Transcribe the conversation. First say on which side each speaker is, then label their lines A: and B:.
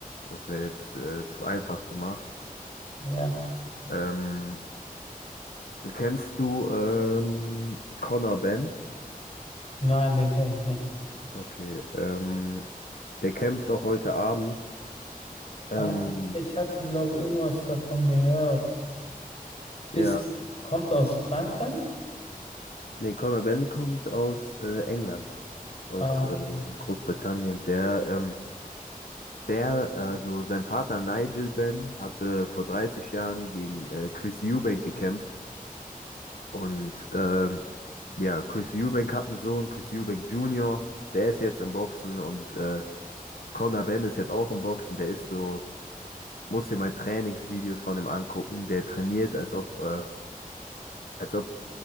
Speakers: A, on the left (about 75°); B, on the left (about 45°).
A: das wäre jetzt äh, zu einfach gemacht.
B: Ja,
A: Ähm, kennst du ähm, Conor Benn?
B: nein, den kenne ich nicht.
A: Okay, ähm, der kämpft auch heute Abend. Ähm,
B: Ah, Ich hatte, glaube ich, irgendwas davon gehört. Ist,
A: ja,
B: kommt aus Frankreich?
A: nee, Conor Benn kommt aus äh, England, aus
B: Ah, okay.
A: äh, Großbritannien. Der, ähm, der, also sein Vater Nigel Benn hatte vor 30 Jahren gegen äh, Chris Eubank gekämpft. Und ähm, ja, Chris Eubank hat einen Sohn, Chris Eubank Jr., der ist jetzt im Boxen und äh, Conor Benn ist jetzt auch im Boxen, der ist so, muss dir mal Trainingsvideos von ihm angucken, der trainiert, als ob, äh, als ob,